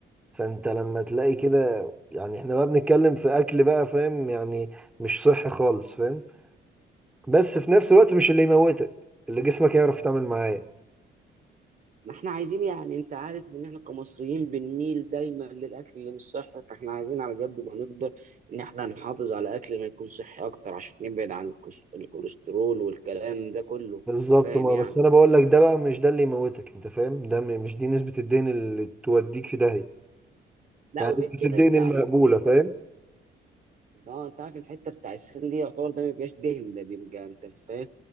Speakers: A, in the centre; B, on the right.
A: فانت لما تلاقي كده يعني احنا بقى بنتكلم في اكل بقى فاهم يعني مش صحي خالص فاهم بس في نفس الوقت مش اللي يموتك اللي جسمك يعرف يتعامل معاه
B: ما احنا عايزين يعني انت عارف ان احنا كمصريين بنميل دايما للاكل اللي مش صحي فاحنا عايزين على قد ما نقدر ان احنا نحافظ على اكل ما يكون صحي اكتر عشان نبعد عن الكس- الكوليسترول والكلام ده كله
A: بالظبط
B: انت فاهم
A: ما
B: يعني
A: بس انا بقول لك ده بقى مش ده اللي يموتك انت فاهم ده م- مش دي نسبة الدين اللي توديك في داهية
B: لا
A: يعني
B: وغير
A: مش
B: كده
A: الدين
B: انت
A: المقبولة
B: عارف الحتة-
A: فاهم
B: اه انت عارف الحته بتاع السن دي يعتبر ده ما بيبقاش دهن ده بيبقى انت فاهم